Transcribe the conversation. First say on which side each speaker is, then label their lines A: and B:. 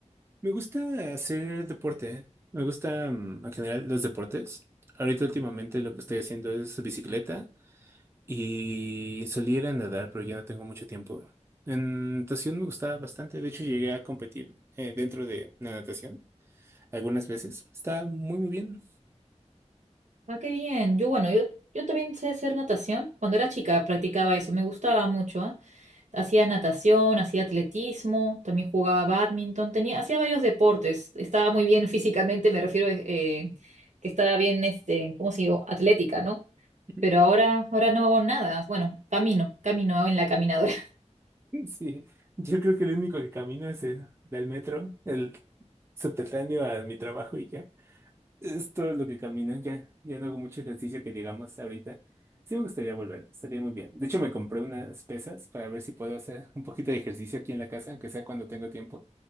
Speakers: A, on the right; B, on the right.
A: Me gusta hacer deporte. Me gustan en general los deportes. Ahorita últimamente lo que estoy haciendo es bicicleta y solía ir a nadar, pero ya no tengo mucho tiempo. En natación me gustaba bastante. De hecho, llegué a competir eh, dentro de la natación algunas veces. Está muy, muy bien.
B: Ah, qué bien. Yo, bueno, yo, yo también sé hacer natación. Cuando era chica practicaba eso, me gustaba mucho, ¿ah? Hacía natación, hacía atletismo, también jugaba bádminton, tenía, hacía varios deportes. Estaba muy bien <laughs> físicamente, me refiero eh, eh, que estaba bien, este, ¿cómo se digo? Atlética, ¿no?
A: <laughs>
B: Pero ahora, ahora no hago nada. Bueno, camino, camino en la caminadora. <laughs>
A: Sí, yo creo que lo único que camino es el del metro, el subterráneo a mi trabajo y ya. Es todo lo que camino, ya, ya no hago mucho ejercicio que digamos ahorita. Sí me gustaría volver, estaría muy bien. De hecho, me compré unas pesas para ver si puedo hacer un poquito de ejercicio aquí en la casa, aunque sea cuando tengo tiempo.